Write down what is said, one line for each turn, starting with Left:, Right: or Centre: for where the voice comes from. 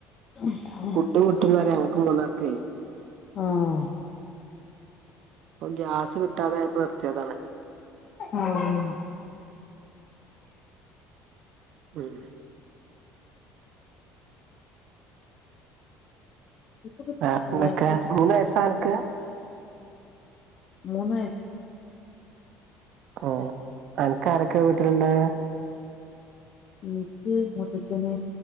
Left: <unintelligible>
Right: ക്കുപുട്ടുന്നൊരെ ഞങ്ങക്ക് മൂന്നാക്കേ
Left: ആഹ്
Right: ഇപ്പൊ ഗ്യാസ് കിട്ടാതയപ്പോ നിർത്തിയതാണ്
Left: ആഹ് ആഹ്
Right: ഉം
Left: ഇപ്പൊ കിട്ടുന്നില്ലേ
Right: വേറെന്തൊക്കെ
Left: ഗ്യാസ്
Right: മൂന്നയസാൻക്ക്
Left: മൂന്ന് വയസ്
Right: ഓഹ് അന്ക്ക് ആരൊക്കെ വീട്ടിലുണ്ട്
Left: ൻക്ക് മൂത്തച്ചന്